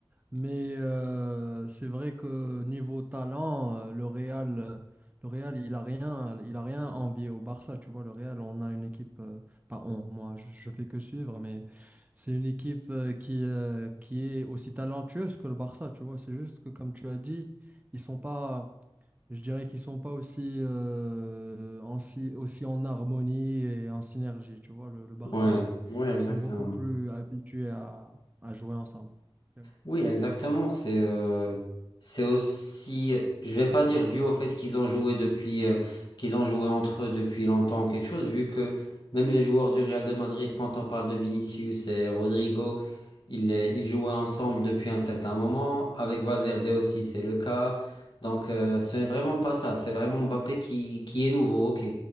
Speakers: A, on the right; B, on the left.
A: Mais euh, c'est vrai que niveau talent, euh, le Real, euh, le Real, il a rien, il a rien envié au Barça. Tu vois, le Real, on a une équipe, euh, pas on, moi, je, je fais que suivre, mais c'est une équipe euh, qui, euh, qui est aussi talentueuse que le Barça. Tu vois, c'est juste que comme tu as dit, ils sont pas je dirais qu'ils sont pas aussi, euh, en si- aussi en harmonie et en synergie. Tu vois, le, le Barça,
B: Ouais, ouais, exactement.
A: ils sont beaucoup plus habitués à, à jouer ensemble. Ouais.
B: Oui, exactement. C'est euh, c'est aussi, je vais pas dire dû au fait qu'ils ont joué depuis, euh, qu'ils ont joué entre eux depuis longtemps ou quelque chose, vu que même les joueurs du Real de Madrid, quand on parle de Vinicius et Rodrigo, ils, euh, ils jouaient ensemble depuis un certain moment. Avec Valverde aussi, c'est le cas. Donc, euh, ce n'est vraiment pas ça. C'est vraiment Mbappé qui, qui est nouveau, ok.